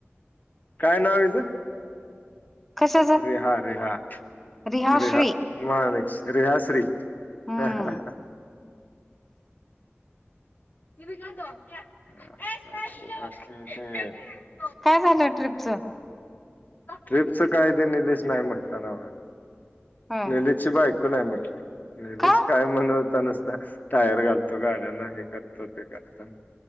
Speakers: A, on the left (about 40°); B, in the centre.
A: काय नाव हिचं?
B: कशाच
A: रेहा रेहा
B: रिहाश्री
A: रेहा मा न रेहा श्री
B: हम्म
A: हा हा ह त अचछा
B: काय झालं ट्र्रीपच
A: ट्रिपच काय ते निलेश नाही म्हटलं ना
B: होय
A: निलेश ची बाईक म्हट निलेश
B: का
A: काय म्हणवता नसता टायर घालतो गाड्यांना हे करतो ते का एकदम